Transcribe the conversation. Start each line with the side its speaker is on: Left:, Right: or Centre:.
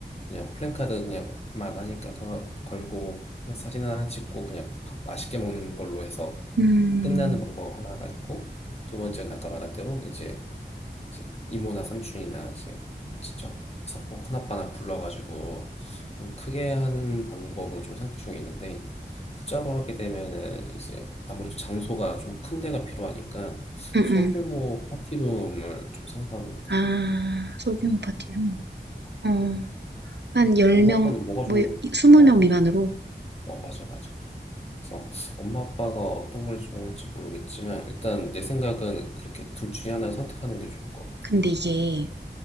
Left: 그냥 플랜카드 그냥 만 하니까 그거 걸고 그냥 사진 하나 찍고 그냥 밥 맛있게 먹는 걸로 해서
Right: 음,
Left: 끝나는 방법 하나가 있고 두 번째는 아까 말한 대로 이제 이제 이모나 삼촌이나 이제 친척 사 뭐 큰아빠나 불러가지고 좀 크게 하는 방법으로 좀 생각 중에 있는데 후자로 하게 되면은 이제 아무래도 장소가 좀 큰 데가 필요하니까
Right: 응,
Left: 소규모
Right: 응.
Left: 파티룸을 좀 생각하고 있거든요.
Right: 아, 소규모 파티로. 어, 한 10명,
Left: 엄마 아빠는 뭐가
Right: 뭐,
Left: 좋?
Right: 20명
Left: 어
Right: 미만으로.
Left: 맞아. 어 맞아 맞아. 그래서 엄마 아빠가 어떤 걸 좋아할지 모르겠지만 일단 내 생각은 그렇게 둘 중에 하나를 선택하는 게 좋을 것
Right: 근데 이게